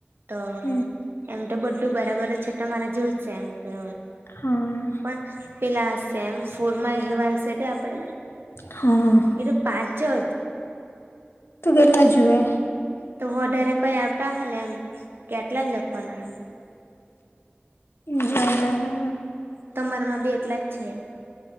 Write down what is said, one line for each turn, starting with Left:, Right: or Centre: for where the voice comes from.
Right: તો
Left: હમ
Right: એમ તો બધું બરાબર છે તમારા જેવ જ સેમ છે.
Left: હા.
Right: પણ પેલા સેમ ફૂરમાં અહેવાલ છે તે આપણે
Left: હા.
Right: એ તો પાચ અ છે.
Left: તો કેટલા જુએ.
Right: તો વડારે કોઈ આવતા હોય ને એમ કે આટલા જ લખવાના હો.
Left: જમે <unintelligible>
Right: તમારામાં બી એટલા જ છે.